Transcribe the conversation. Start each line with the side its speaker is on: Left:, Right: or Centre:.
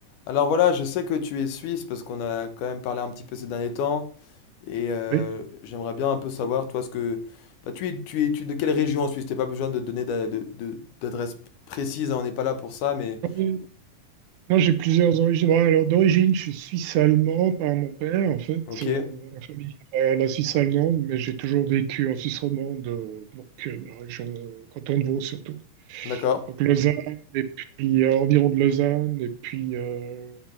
Left: Alors voilà, je sais que tu es suisse parce qu'on a quand même parlé un petit peu ces derniers temps et euh,
Right: Oui.
Left: j'aimerais bien un peu savoir toi ce que bah, tu es tu es tu es de quelle région en Suisse? T'as pas besoin de donner d'a- de- de- d'adresse précise, hein, on n'est pas là pour ça, mais
Right: Euh, Moi, j'ai plusieurs origines. Bon, alors, d'origine, je suis suisse-allemand par mon père, en fait.
Left: ok,
Right: Euh, la famille euh, la Suisse allemande, mais j'ai toujours vécu en Suisse romande, euh, donc euh, dans la région euh, canton de Vaud surtout.
Left: d'accord,
Right: Donc Lausanne, et puis euh, environ de Lausanne, et puis euh,